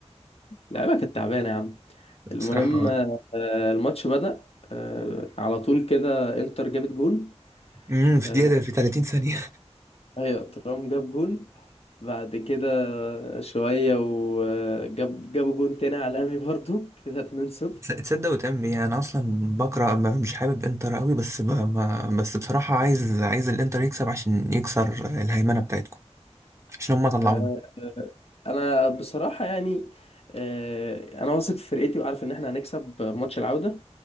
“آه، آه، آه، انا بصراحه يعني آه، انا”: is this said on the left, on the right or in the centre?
Left